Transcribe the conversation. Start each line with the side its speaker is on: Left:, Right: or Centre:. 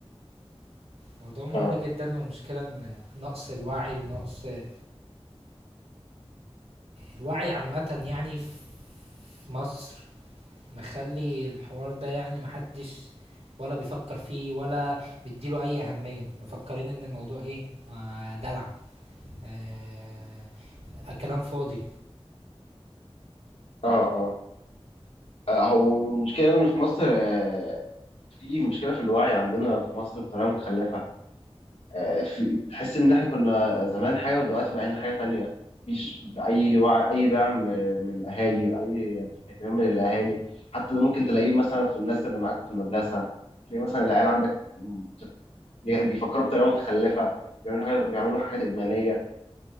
Right: موضوع مهم
Left: اه
Right: جدًا والمشكلة إن نقص الوعي ونقص آآ الوعي عامةً يعني في مصر مخلّي الحوار ده يعني ما حدش ولا بيفكّر فيه ولا مدّي له أي أهمية، مفكّرين إن الموضوع إيه، ما دلع آآ كلام فاضي.
Left: اه اه آه، هو المشكلة إن في مصر آه، في مشكلة في الوعي عندنا في مصر بطريقة متخلفة آه، في تحس إن إحنا كنا زمان حاجة ودلوقتي بقينا حاجة تانية مفيش أي وعي أي دعم آه، من الأهالي أي اهتمام من الأهالي حتى ده ممكن تلاقيه مثلا في الناس اللي معاك في المدرسة تلاقي مثلا العيال عندك م- بيفكروا بطريقة متخلفة بيعملوا حاجة بيعملوا حاجات إدمانية